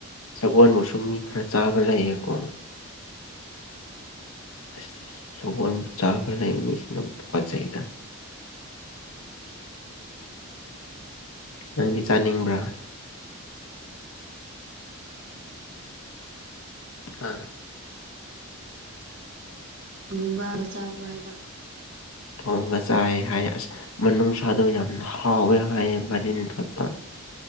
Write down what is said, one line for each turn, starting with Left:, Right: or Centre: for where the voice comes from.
Left: ꯁꯒꯣꯜ ꯕꯨꯁꯨ ꯃꯤ ꯈꯔ ꯆꯥꯕ ꯂꯩꯌꯦꯀꯣ꯫ ꯑꯁ ꯁꯒꯣꯜ ꯃꯆꯥ ꯈꯔ ꯂꯩꯕ ꯃꯤꯁꯤꯅꯕꯨ ꯇꯨꯒꯠꯆꯩꯗ ꯅꯪꯗꯤ ꯆꯥꯅꯤꯡꯕ꯭ꯔꯥ ꯍꯥ
Right: ꯒꯨꯝꯕ ꯆꯥꯕ꯭ꯔꯣ ꯍꯥꯏꯕ
Left: ꯊꯣꯡꯉꯥꯒ ꯆꯥꯏ ꯍꯥꯏ ꯑꯁ ꯃꯅꯨꯡ ꯁꯥꯥꯗꯣ ꯌꯥꯝꯅ ꯍꯥꯎꯌꯦ ꯍꯥꯏꯌꯦ ꯃꯔꯤꯟ ꯊꯣꯠꯄ